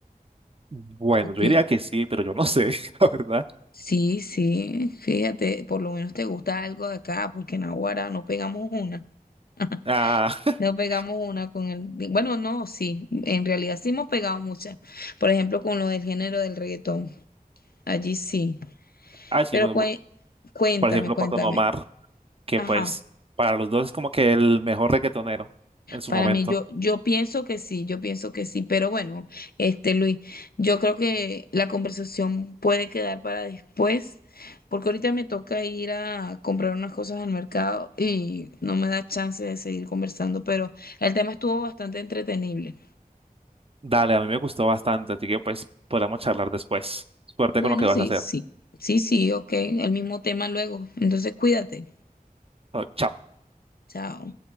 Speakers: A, on the right; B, on the left.
A: Bueno,
B: Ok.
A: yo diría que sí, pero yo no sé, <laughs> la verdad.
B: Sí, sí, fíjate, por lo menos te gusta algo de acá, porque en Aguara no pegamos una. <laughs>
A: Ah, <laughs>
B: No pegamos una con el... Bueno, no, sí, en realidad sí hemos pegado muchas. Por ejemplo, con lo del género del reggaetón, allí sí.
A: ah, sí,
B: Pero
A: bueno,
B: cué- cuéntame,
A: por ejemplo,
B: cuéntame.
A: con Don Omar, que
B: Ajá.
A: pues, para los dos es como que el mejor reggaetonero en su
B: Para
A: momento.
B: mí, yo, yo pienso que sí, yo pienso que sí, pero bueno, este Luis, yo creo que la conversación puede quedar para después, porque ahorita me toca ir a comprar unas cosas al mercado y no me da chance de seguir conversando, pero el tema estuvo bastante entretenible.
A: Dale, a mí me gustó bastante, así que pues podamos charlar después. Suerte
B: Bueno,
A: con lo que vas
B: sí,
A: a hacer.
B: sí, sí, sí, ok, el mismo tema luego, entonces cuídate,
A: Oh, Chao.
B: chao.